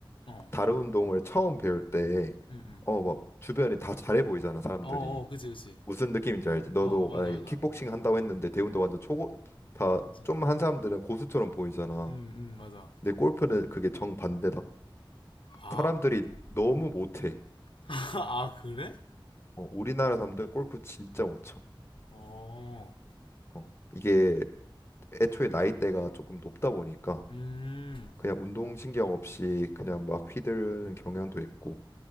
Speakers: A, on the left (about 70°); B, on the left (about 30°).
A: 어,
B: 다른 운동을 처음 배울 때
A: 음, 음.
B: 어 막 주변에 다 잘해 보이잖아, 사람들이.
A: 어, 어, 그치, 그치.
B: 무슨 느낌인지 알지? 너도
A: 어, 맞아,
B: 만약에
A: 맞아.
B: 킥복싱 한다고 했는데 대운도 완전 초보 다
A: 그치.
B: 좀 한 사람들은 고수처럼 보이잖아.
A: 음, 음, 맞아.
B: 근데 골프는 그게 정반대다.
A: 아,
B: 사람들이 너무
A: 음.
B: 못해.
A: <laughs> 아, 그래?
B: 어, 우리나라 사람들 골프 진짜 못 쳐.
A: 어,
B: 어, 이게 애초에 나이대가 조금 높다 보니까
A: 음.
B: 그냥 운동신경 없이 그냥 막 휘두르는 경향도 있고